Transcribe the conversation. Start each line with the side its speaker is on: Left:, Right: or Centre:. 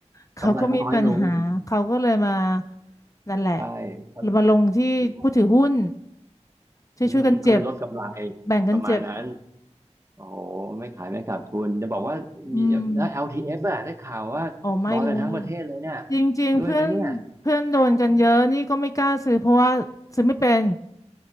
Left: เขาก็มีปัญหาเขาก็เลยมา
Right: กำไรเขาน้อยลง
Left: นั่นแหละ
Right: ใช่ครับ
Left: มาลงที่ผู้ถือหุ้นช่วยๆกันเจ็บ
Right: อืมเขาเลยลดกำไร
Left: แบ่งกันเจ็บ
Right: ประมาณนั้นโอ้โหไม่ขายไม่ขาดทุนจะบอกว่ามีแล้ว
Left: อืม
Right: LTF อลทีเอฟอะได้ข่าวว่ารอยกันทั้งประเทศเลยเนี่ย
Left: อ๋อไม่เลยจริงๆเพื่อน
Right: ด้วยไหมเนี่ย
Left: เพื่อนโดนกันเยอะนี่ก็ไม่กล้าซื้อเพราะว่าซื้อไม่เป็น